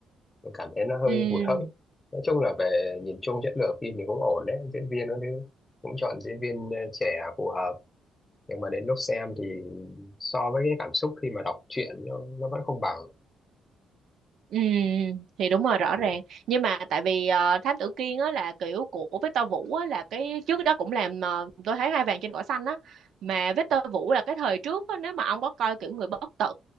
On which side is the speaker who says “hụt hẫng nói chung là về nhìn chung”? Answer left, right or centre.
Left